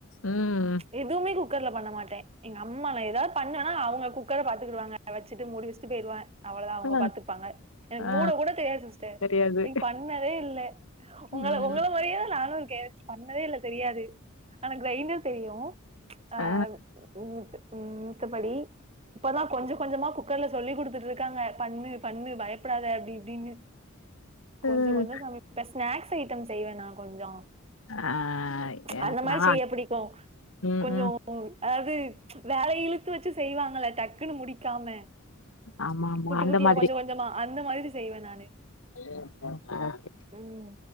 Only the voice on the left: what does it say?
ம்
ஆ
ஆ
தெரியாது
ம்
ஆ
ம்.
ஆ எனக்கு
நா
ம்
ம்
ஆமா ஆமா
அந்த
மாதிரி
<unintelligible>